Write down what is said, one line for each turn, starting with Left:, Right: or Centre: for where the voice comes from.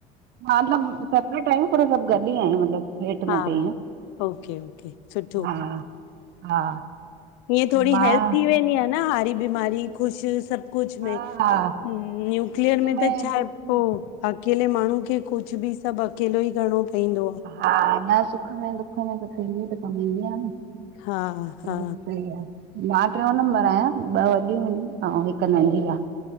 Right: हा सभ सेपरेट आयूं पर सभ गॾ ही आहे, मतलब हेठ
Left: हा
Right: मथे
Left: हा ओके ओके सुठो
Right: हा। हा,
Left: हीअं थोडी
Right: मां
Left: हेल्प थी वेंदी आ न हारी बीमारी ख़ुश सभ कुझ
Right: हा
Left: में
Right: हा
Left: न्यूक्लियर
Right: सुखे
Left: में त छा
Right: दुख हा
Left: पो अकेले माण्हू खे कुझ बि सभ अकेलो ई करणो पइंदो आ।
Right: हा, न सुख में, दुख में त फैमिली त कम ईदी आ न।
Left: हा हा
Right: उहो त सही आ। मां ट्रेयों नंबर आहयां, ॿ वॾियूं आहिन ऐं हिक नंढी आ।